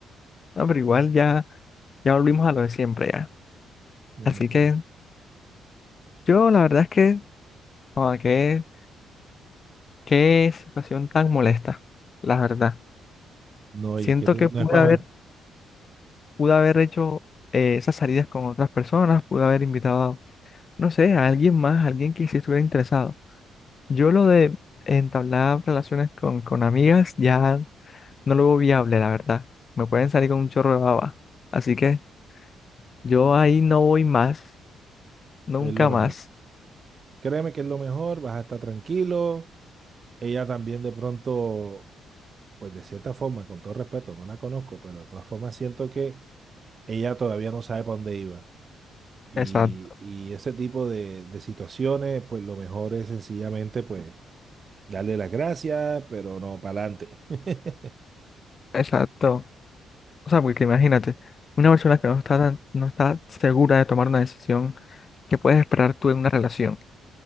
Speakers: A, on the left (about 40°); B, on the right (about 40°).
A: No, pero igual ya, ya volvimos a lo de siempre, ya.
B: Mm,
A: Así
B: Ok.
A: que yo, la verdad es que, como que Qué situación tan molesta, la verdad.
B: No,
A: Siento
B: y es que te-
A: que
B: no
A: pude
B: es para
A: haber,
B: más,
A: pude haber hecho eh, esas salidas con otras personas, pude haber invitado, no sé, a alguien más, a alguien que sí estuviera interesado. Yo lo de entablar relaciones con, con amigas ya no lo veo viable, la verdad. Me pueden salir con un chorro de baba. Así que yo ahí no voy más, nunca
B: es lo mejor.
A: más.
B: Créeme que es lo mejor, vas a estar tranquilo. ella también de pronto, pues de cierta forma, con todo respeto, no la conozco, pero de todas formas siento que ella todavía no sabe para dónde iba. Y,
A: Exacto,
B: y ese tipo de, de situaciones, pues lo mejor es sencillamente, pues, darle las gracias, pero no para adelante. <laughs>
A: exacto. O sea, porque imagínate, una persona que no está, tan- no está segura de tomar una decisión, ¿qué puedes esperar tú en una relación?